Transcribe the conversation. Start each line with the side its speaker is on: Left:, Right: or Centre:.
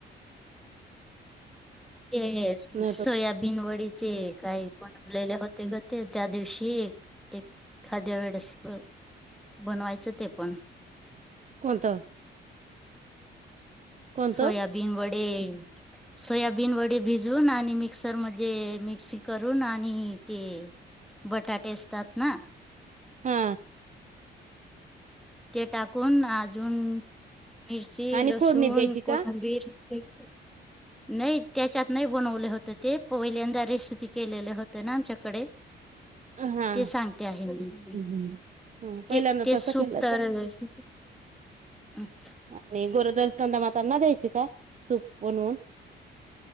Centre: ते
Right: नाही
Centre: सोयाबीन
Right: तर
Centre: वडीचे काय बनवलेले होते ग ते त्या दिवशी एक खाद्या वेळेस बनवायचं ते पण
Right: कोणतं कोणतं
Centre: सोयाबीन बडे सोयाबीन बिन वडे भिजून आणि मिक्सर म मिक्सी करून आणि ते बटाटे असतातमा
Right: हा
Centre: तेेटाकुून आजुून मिर्ची
Right: आणि
Centre: लसुन
Right: फोडणी द्यायची
Centre: कोथंबीर
Right: का
Centre: <unintelligible> नाही त्याच्यात नाही बनवले होत ते पहिल्यांदा रेसिपी केलेले होत ना आमच्याकडे
Right: हा
Centre: ते सांगते आहे मी
Right: हम्म ह पहिल्यांदा
Centre: ते ते
Right: तसं
Centre: सुप
Right: केलं
Centre: र
Right: तर आणि गरोडर स्तनदामातांना द्यायचे का सूप बनवून